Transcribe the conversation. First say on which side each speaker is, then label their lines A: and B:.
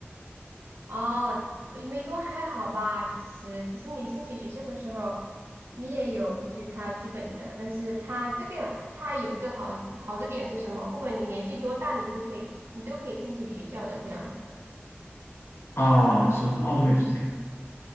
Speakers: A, on the right; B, on the left.
A: 哦，美国还好吧，其实其实你申请学校的时候，你也有就是它基本的，但是它这个它有一个好好的点是什么？不管你年纪多大，你就可以你都可以申请学校的这样子。
B: 啊，是是，澳洲也是这样，